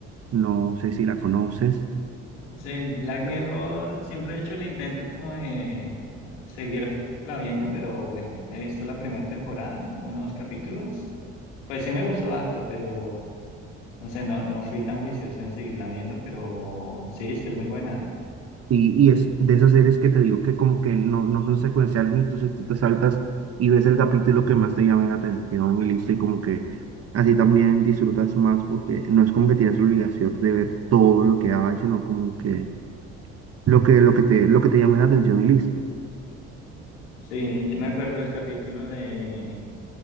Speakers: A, on the right; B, on the left.
A: no sé si la conoces,
B: Sí, en Black Mirror siempre he hecho el intento como de seguirla viendo, pero bueno, he visto la primera temporada, unos capítulos. Pues sí me gustó harto, pero no sé, no, no fui tan juicioso en seguirla viendo, pero sí, es que es muy buena.
A: y, y es de esas series que te digo que como que no, no son secuenciales, entonces tú te saltas y ves el capítulo que más te llama la atención y listo, y como que así también disfrutas más, porque no es como que tienes la obligación de ver todo lo que hay, sino como que lo que, lo que te, lo que te llame la atención y listo.
B: Sí, yo me acuerdo del capítulo de,